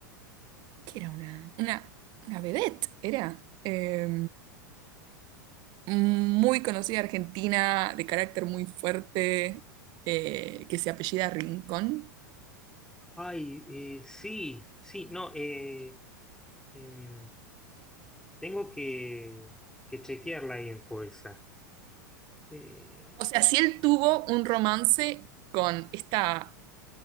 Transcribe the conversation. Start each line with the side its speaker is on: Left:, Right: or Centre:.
Right: ¿qué era una? Una, una vedette, era eh, muy conocida argentina, de carácter muy fuerte, eh, que se apellida Rincón.
Centre: Ay, eh, sí, sí, no, eh, em, tengo que, que chequear la info esa. Eh,
Right: O sea, si él tuvo un romance con esta,